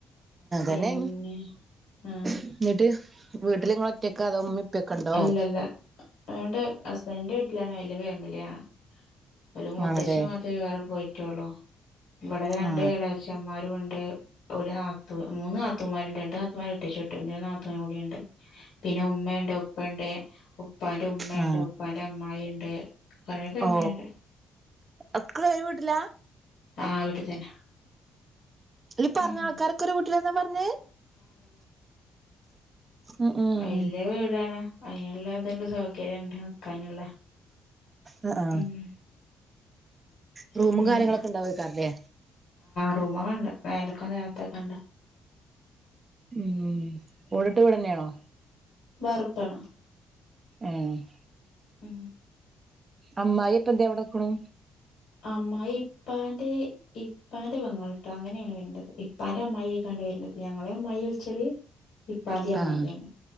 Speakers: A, on the left; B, on the right.
A: പിന്നെ
B: തന്നെ
A: ആഹ
B: എന്നിട്ട് വീട്ടില് നിങ്ങള് ഒറ്റക്കാ അതോ ഉമ്മേം ഉപ്പയൊക്കെ ഉണ്ടോ
A: അല്ലല്ല അവടെ ഹസ്ബൻഡന്റെ ലാണ് വലിയ ഫാമിലിയാണ് ഒരുമൂ
B: ആണല്ലേ
A: ത്തശ്ശി മാത്രമേ വേറെ പോയിട്ടള്ളൂ ഇവിടെ രണ്ട്
B: ആ
A: ള്ളച്ചമാരും ഉണ്ട് ണ്ട്ഒരു നാത്ത മൂന്ന് നാത്തമാരുണ്ട് രണ്ട് നാത്തമാര് ഇട്ടിച്ചുട്ടുണ്ട് ഇനി രുനാത്തൂവിന് കൂടിയ ഉണ്ട് പിന്നെ ഉമ്മ ഉണ്ട് ഉപ്പ ഉണ്ട് ഉപ്പാന്റെ ഉമ്മുണ്ട്
B: ആ
A: ഉപ്പാന്റെ അമ്മായി ഉണ്ട് കൊറേ ഫാമിലി
B: ഓ
A: ണ്ട്
B: ഒക്കെ ഒരു വീട്ടിലാ
A: ആഹ അവിടെ തന്നെ
B: ഈ പറഞ്ഞ
A: ഉം
B: ആൾക്കാരൊക്കെരു വീട്ടിലന്നാ പറഞ്ഞേ ഉം ഉം
A: വല്ലിയ വീടാണ് അതിനുള്ള ത് ണ്ട് സൗഗരിണ്ട് നിക്കാനുള്ള
B: ആ ആ
A: ഉം
B: റൂമും
A: അങ്ങനെ
B: കാര്യങ്ങളൊക്കെ ഇണ്ടാവൈകാരംലെ
A: റൂമൊക്കണ്ട് മേലക്കും തായ ത്തൊക്കെ ഉണ്ട്
B: ഉം ഓട് ട്ട് വിടന്നെയാണോ
A: വാർപ്പാണ്
B: ഉഹ
A: ഉം
B: അമ്മായി ഇപ്പഎന്താ അ വിടെക്കണു
A: അമ്മയി ഇപ്പാന്റെ ഇപ്പാന്റെ പെങ്ങലട്ട അങ്ങനെയാണ് വരേണ്ടത് ഇപ്പാന്റെ അമ്മയെക്കാണ്ട് വരേണ്ടത് ഞങ്ങളെ അമ്മായി വിളിച്ചല് ഇപ്പാന്റെ അമ്മായിയാണ്
B: ആഹ്